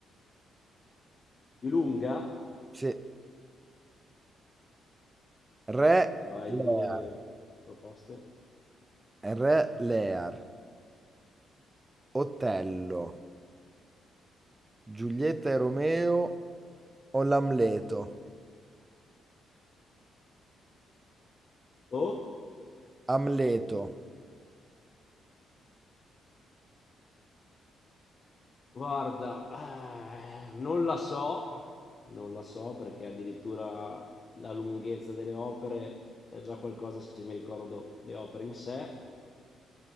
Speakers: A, on the left (about 40°); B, on the right (about 20°).
A: Di lunga?
B: Sì, Re
A: Vai,
B: Lear.
A: dimmi le proposte.
B: Re Lear. Otello, Giulietta e Romeo o l'Amleto?
A: Oh,
B: Amleto.
A: guarda, eh, non la so, non la so perché addirittura la lunghezza delle opere è già qualcosa se mi ricordo le opere in sé.